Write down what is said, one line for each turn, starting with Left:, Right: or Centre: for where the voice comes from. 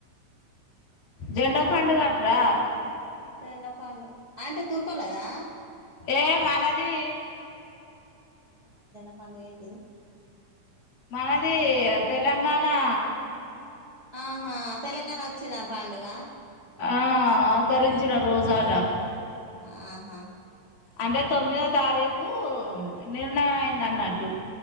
Left: జడా పండు కాట్రా
Right: చెండ పాండ అంటే తుర్కోలేదా
Left: ఏం అనది
Right: మనజన్న పండుగ ఏంటిది.
Left: మనది తెలంగాణ నా
Right: ఆహా తెలంగాణ వచ్చింది, పండుగ
Left: ఆ అవతరించరా రోజాట
Right: ఆహా
Left: అంటే తొమ్మిదో తారీకుు నిర్ణయం, అయింద అన్నట్టు